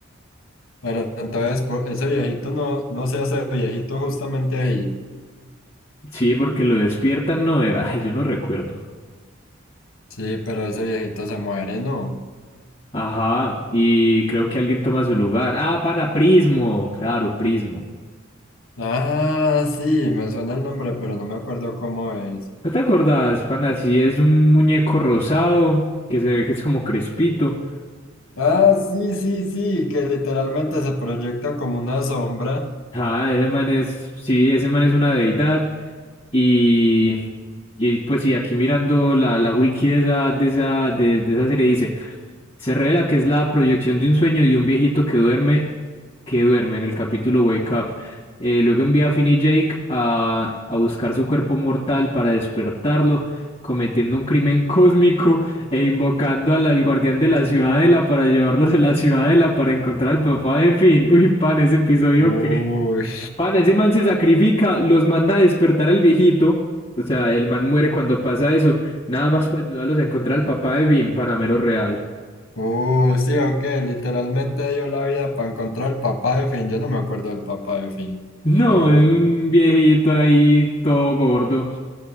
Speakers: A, on the left; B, on the left.
A: Pero entonces por- ese viejito no, no se hace viejito justamente ahí.
B: Sí, porque lo despiertan, no era, <laughs> ay, yo no recuerdo.
A: Sí, pero ese viejito se muere, ¿no?
B: Ajá, y creo que alguien toma su lugar. Ah, pana Prismo, claro, Prismo.
A: Ah, sí, me suena el nombre, pero no me acuerdo cómo es.
B: ¿No te acordás, pana? Sí, es un muñeco rosado que se ve que es como crespito
A: Ah, sí, sí, sí, que literalmente se proyecta como una sombra.
B: Ah, ese man es, sí, ese man es una deidad. Y, y pues sí, aquí mirando la, la wiki de esa, de esa, de, de esa serie dice, se revela que es la proyección de un sueño de un viejito que duerme, que duerme en el capítulo Wake Up. Eh, luego envía a Finn y Jake a, a buscar su cuerpo mortal para despertarlo, cometiendo un crimen <laughs> cósmico e invocando al, al guardián de la ciudadela para llevarlos a la ciudadela para encontrar al papá de Finn. Uy, pan, ese episodio
A: Uy.
B: que... Pan, ese man se sacrifica, los manda a despertar al viejito. O sea, el man muere cuando pasa eso. Nada más para ayudarlos a encontrar al papá de Vin, Panamero Real.
A: Uh, sí, o qué, literalmente dio la vida para encontrar el papá de Finn. Yo no me acuerdo del papá de Finn,
B: No,
A: pero
B: es
A: bueno,
B: un viejito ahí todo gordo.